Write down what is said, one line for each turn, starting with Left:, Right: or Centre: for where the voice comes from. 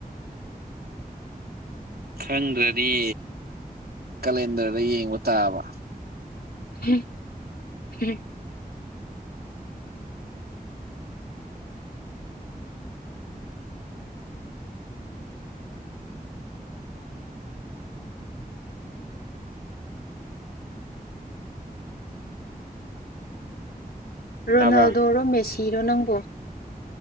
Right: ꯈꯪꯗ꯭ꯔꯗꯤ ꯀꯂꯦꯟꯗꯔꯗ ꯌꯦꯡꯕ ꯇꯥꯕ
Left: ꯎꯝ ꯍꯝ ꯔꯣꯅꯥꯜꯗꯣꯔꯣ
Right: ꯇꯥꯕ꯭ꯔꯥ
Left: ꯃꯦꯁꯤꯔꯣ ꯅꯪꯕꯣ